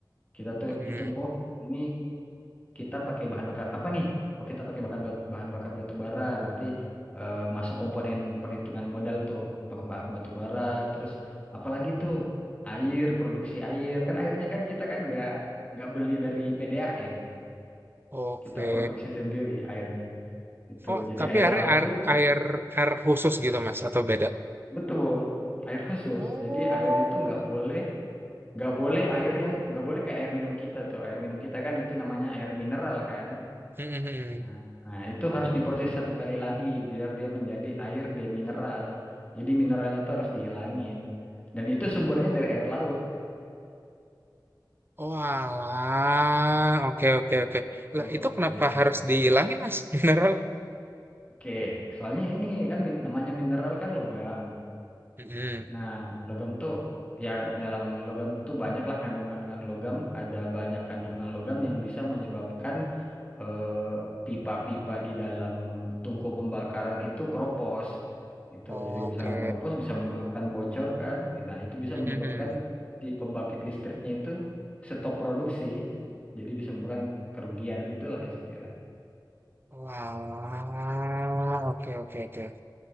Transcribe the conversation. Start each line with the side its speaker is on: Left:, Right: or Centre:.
Left: Kita tuh
Right: Mm.
Left: hitung, oh ini kita pakai bahan bakar apa nih? Oh, kita pakai bahan bahan bakar batu bara, berarti eh, masuk komponen perhitungan modal tuh, bahu ba- batu bara, terus apalagi tuh air, produksi air. Kan airnya kan kita kan nggak nggak beli dari PDAM,
Right: Oke.
Left: kita produksi sendiri airnya. Itu
Right: Oh,
Left: jadi
Right: tapi
Left: air
Right: airnya
Left: laut
Right: air,
Left: tuh
Right: air, air khusus gitu, Mas, atau beda?
Left: betul, air khusus.
Right: Oh.
Left: Jadi airnya tuh nggak boleh nggak boleh air yang nggak boleh kayak air minum kita tuh air minum kita kan itu namanya air mineral kan
Right: Mhm.
Left: Nah, nah, itu harus diproses satu kali lagi biar dia menjadi air demineral. Jadi mineralnya itu harus dihilangin. Dan itu sumbernya dari air laut.
Right: Oh, alah. Oke, oke, oke.
Left: Tuh,
Right: Lah, itu kenapa
Left: ya.
Right: harus dihilangin, Mas? <laughs> Mineral.
Left: Oke, soalnya ini kan min- namanya mineral kan logam.
Right: Mhm.
Left: Nah, logam tuh ya dalam logam tuh banyaklah kandungan-kandungan logam. Ada banyak kandungan logam yang bisa menyebabkan eh, pipa-pipa di dalam tungku pembakaran itu keropos. Gitu.
Right: Oke.
Left: Jadi kalau misalkan keropos bisa menyebabkan bocor kan. Nah, itu bisa
Right: Mhm.
Left: menyebabkan si pembangkit listriknya itu stop produksi. Jadi bisa menyebabkan kerugian gitulah istilahnya.
Right: Walah, oke oke oke.